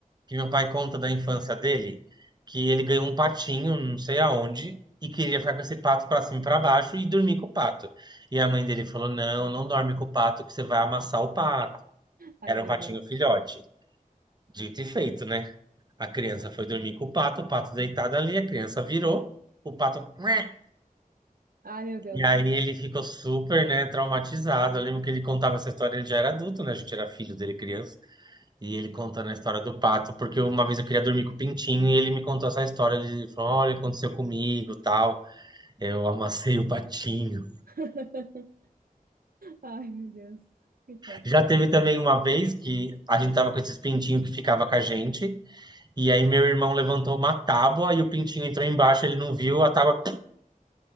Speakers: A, on the right (about 30°); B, on the right (about 80°).
A: que meu pai conta da infância dele, que ele ganhou um patinho, não sei aonde, e queria ficar com esse pato pra cima e pra baixo e dormir com o pato. E a mãe dele falou: Não, não dorme com o pato, que você vai amassar o pato.
B: Ai,
A: Era
B: meu
A: um patinho
B: Deus.
A: filhote. Dito e feito, né? A criança foi dormir com o pato, o pato deitado ali, a criança virou, o pato. "Mua".
B: Ai, meu Deus.
A: E aí ele ficou super, né, traumatizado. Eu lembro que ele contava essa história, ele já era adulto, né? A gente era filho dele, criança. E ele contando a história do pato, porque uma vez eu queria dormir com o pintinho e ele me contou essa história. Ele falou: Olha, aconteceu comigo, tal. Eu amassei o patinho.
B: <laughs> Ai, meu Deus. Coitadinho.
A: Já teve também uma vez que a gente tava com esses pintinhos que ficava com a gente. E aí meu irmão levantou uma tábua e o pintinho entrou embaixo, ele não viu, a tábua